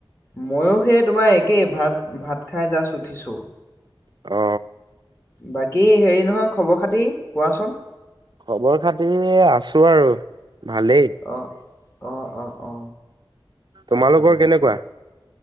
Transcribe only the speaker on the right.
অ।
খবৰ খাতি আছোঁ আৰু। ভালেই।
তোমালোকৰ
কেনেকুৱা?